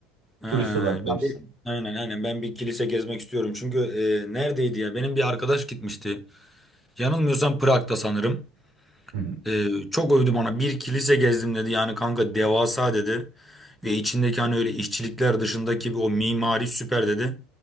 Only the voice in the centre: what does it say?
Ha,
ya
bir- aynen aynen ben bir kilise gezmek istiyorum. Çünkü e, neredeydi ya? Benim bir arkadaş gitmişti. Yanılmıyorsam Prag'da sanırım.
Ee, çok övdü bana. Bir kilise gezdim dedi. Yani kanka devasa dedi. Ve içindeki hani öyle işçilikler dışındaki bir o mimari süper dedi.